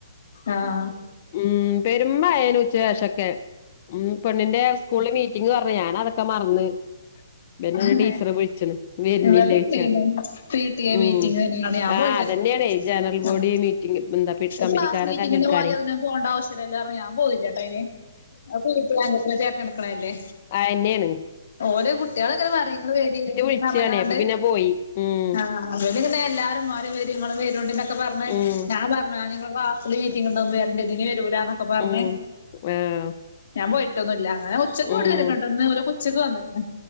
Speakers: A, on the left; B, on the left.
A: ആഹ്.
B: ഉം പെരും മഴയേനു ഉച്ചക്കേഷൊക്കെ ഉം പെണ്ണിന്റെ സ് സ്കൂളില് മീറ്റിംഗ് പറഞ്ഞു ഞാൻ അതൊക്കെ മറന്ന്. പിന്നെ ഇണ്ട്
A: അതെ
B: ടീച്ചറ് വിളിച്ച്ണ് വെരുന്നില്ലേ
A: ഇവിടെ ഇണ്ടേനു
B: ചോയിച്ചാണ്ട്.
A: പി ടി എ
B: ഉം
A: മീറ്റിംഗിനാണ് ഞാൻ
B: ആഹ്
A: പോയിട്ടില്ല
B: അതന്നെയണേ ജനറൽ ബോഡി
A: ആഹ്
B: മീറ്റിംഗ് എന്താ <unintelligible>
A: ക്ലാസ് മീറ്റിങ്ങിന്
B: തെരഞ്ഞെടുക്കാനേ
A: പോലെ അതിന് പോണ്ട ആവശ്യല്ലല്ലോ പറഞ്ഞ് ഞാൻ പോന്നില്ലാട്ടോ അയിന് അത് പി ടി എ <unintelligible> ചേർ നടക്കണയല്ലേ
B: അയെന്നെയാണ്.
A: ഓര് കുട്ട്യാള്ങ്ങനെ പർയും ഇങ്ങള് വെരി വെരിന്ന്
B: വിളിച്ചാണേ
A: പറഞ്ങ്ങാണ്ട്
B: അപ്പൊ പിന്നെ പോയി ഉം
A: ആഹ് ആഹ് ഇവല്ങ്ങനെ എല്ലാരുംമാറി വെരി ഇങ്ങളും വെരോണ്ടിന്നൊക്കെ പർഞ്
B: ഉം
A: ഞാൻ പർഞ് ഞ്ഞി ങ്ങള് ക്ലാസ് ല് മീറ്റിംഗ്ണ്ടാവുമ്പോ വെരണ്ട് ഇതിന് വെരൂലാന്നൊക്കെ പർഞ്
B: ഉം ആഹ്
A: ഞാൻ പോയിട്ടൊന്നുല്ല അങ്ങനെ ഉച്ചക്ക്
B: ഉം
A: <unintelligible> ഓലൊക്കെ ഉച്ചക്ക് വന്ന്ക്ക്ണ്